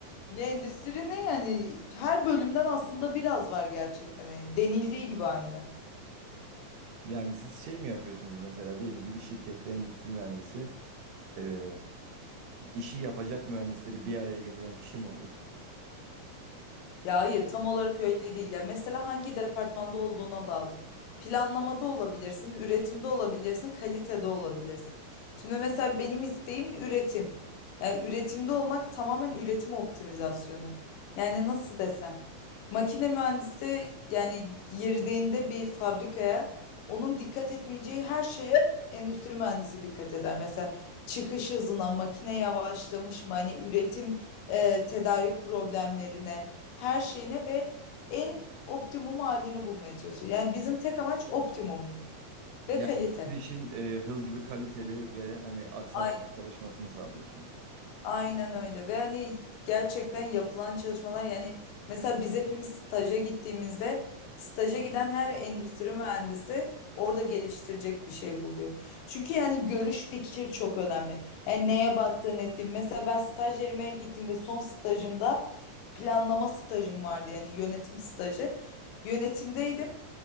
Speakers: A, on the left; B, on the right.
A: Ya endüstri ne yani? Her bölümden aslında biraz var gerçekten. Yani denildiği gibi aynı.
B: Yani siz şey mi yapıyorsunuz mesela diyelim ki bir şirkette endüstri mühendisi e, işi yapacak mühendisleri bir araya getiren kişi mi oluyor?
A: Ya hayır tam olarak öyle değil. Ya mesela hangi departmanda olduğuna bağlı. Planlamada olabilirsin, üretimde olabilirsin, kalitede olabilirsin. Şimdi mesela benim isteğim üretim. Yani üretimde olmak tamamen üretim optimizasyonu. Yani nasıl desem, makine mühendisi yani girdiğinde bir fabrikaya onun dikkat etmeyeceği her şeye endüstri mühendisi dikkat eder. Mesela çıkış hızına, makine yavaşlamış mı, hani üretim e, tedarik problemlerine her şeyine ve en optimum halini bulmaya çalışıyor. Yani bizim tek amaç optimumluk ve
B: Yani
A: kalite.
B: siz işin e, hızlı, kaliteli ve hani aksamadan
A: Ay-
B: çalışmasını sağlıyorsunuz.
A: Aynen öyle ve hani gerçekten yapılan çalışmalar yani mesela biz hepimiz staja gittiğimizde staja giden her endüstri mühendisi orada geliştirecek bir şey buluyor. Çünkü yani görüş fikir çok önemli. Yani neye baktığın ettiğin. Mesela ben staj yerime gittiğimde son stajımda planlama stajım vardı yani yönetim stajı. Yönetimdeydim.